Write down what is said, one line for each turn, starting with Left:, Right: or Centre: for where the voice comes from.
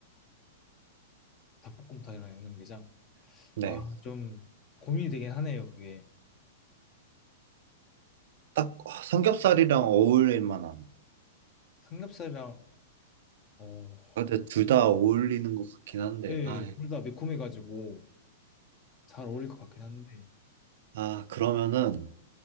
Left: 닭볶음탕이랑 양념게장.
Right: 네.
Left: 아, 좀 고민이 되긴 하네요, 그게.
Right: 딱 어, 삼겹살이랑 어울릴 만한.
Left: 삼겹살이랑, 어,
Right: 아, 근데 둘 다 어울리는 것 같긴 한데.
Left: 예, 예,
Right: 아, 예.
Left: 둘 다 매콤해가지고 잘 어울릴 것 같긴 한데,
Right: 아, 그러면은